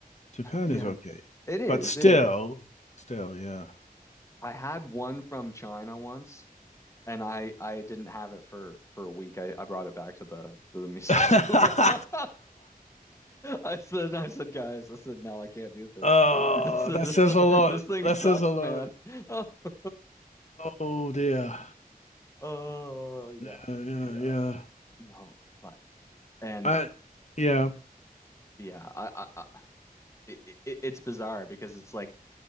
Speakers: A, on the left; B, on the left.
A: Japan
B: yeah,
A: is okay,
B: it is,
A: but still,
B: it is.
A: still, yeah.
B: I had one from China once and I I didn't have it for for a week. I, I brought it back to the to the music
A: <laughs>
B: store. <laughs> I said I said guys, I said no, I can't do this.
A: oh,
B: I said
A: that
B: this
A: says a lot.
B: this thing
A: That
B: sucks,
A: says a lot.
B: man. <laughs>
A: Oh dear.
B: Oh yeah,
A: Yeah, yeah,
B: yeah,
A: yeah.
B: no, but and
A: I, yeah,
B: yeah, I I, I it, it, it's bizarre because it's like